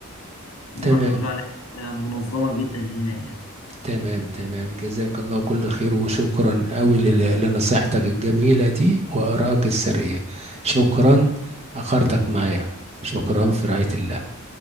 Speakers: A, on the left; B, on the right.
A: زي
B: تمام
A: ما احنا بنقول عليها منظمة جدا هنا يعني
B: تمام تمام جزاك الله كل خير وشكرا أوي لل- لنصيحتك الجميلة دي وآرائك السرية شكرا أخرتك معايا شكرا في رعاية الله